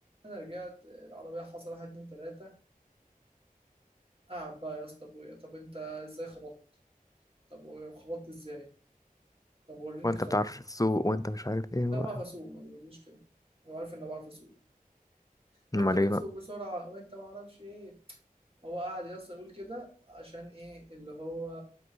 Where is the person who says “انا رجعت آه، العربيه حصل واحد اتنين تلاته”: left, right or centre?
Right